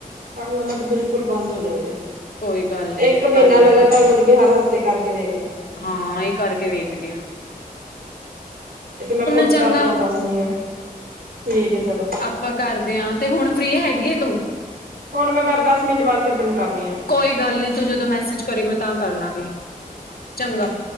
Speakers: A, on the right; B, on the left.
A: ਪਰ ਉਹਨਾਂ ਦੇ ਬਿਲਕੁਲ ਬੰਦ ਹੋ ਜਾਣਗੇ।
B: ਕੋਈ ਗੱਲ ਨੀ
A: ਇੱਕ ਮਹੀਨਾ
B: ਕਰ ਲਾਂਗੇ
A: ਲਗਾਤਾਰ ਮਤਲਬ ਕਿ, ਹਰ ਹਫ਼ਤੇ ਕਰਕੇ ਵੇਖਲਾ।
B: ਹਾਂ, ਇਹ ਕਰਕੇ ਵੇਖਦੇ ਹਾਂ।
A: ਇਹ ਤੇ ਮੈਂ ਖੁੱਦ
B: ਚੰਗਾ
A: ਦਾ ਆਪਣਾ ਦੱਸਨੀ ਆ, ਠੀਕ ਹੈ ਚਲੋ।
B: ਆਪਾਂ ਕਰਦੇ ਆਂ, ਤੇ ਹੁਣ ਫ੍ਰੀ ਹੈਗੀਏ, ਤੂੰ?
A: ਹੁਣ ਮੈਂ ਬੱਸ, ਦਸ ਮਿੰਟ ਬਾਅਦ ਫਿਰ ਤੇਨੂੰ ਕਰਨੀ ਆ।
B: ਕੋਈ ਗੱਲ ਨਹੀਂ ਤੂੰ ਜਦੋਂ ਮੈਸੇਜ ਕਰੇਗੀ, ਮੈਂ ਤਾਂ ਕਰ ਲਾਂਗੀ।
A: ਹਾਂ ਠੀਕ।
B: ਚੰਗਾ